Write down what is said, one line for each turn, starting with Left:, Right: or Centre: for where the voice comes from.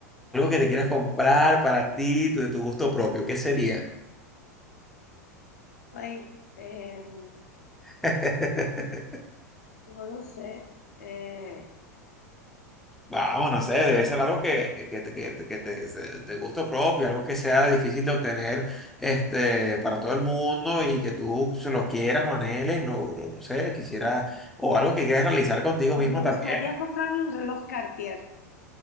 Centre: Algo que te quieras comprar para ti, tu- de tu gusto propio, ¿qué sería?
Left: Ay, em,
Centre: <laughs>
Left: No lo sé. Eh,
Centre: Vamos, no sé, debe
Left: pues
Centre: ser algo que, que, que, te- que, te, que te- se- de gusto propio, algo que sea difícil de obtener este, para todo el mundo y que tú se lo quieras, lo anheles, lo, lo- no sé, quisiera, o algo que quieras realizar contigo
Left: me
Centre: mismo
Left: gustaría
Centre: también.
Left: comprarme un reloj Cartier,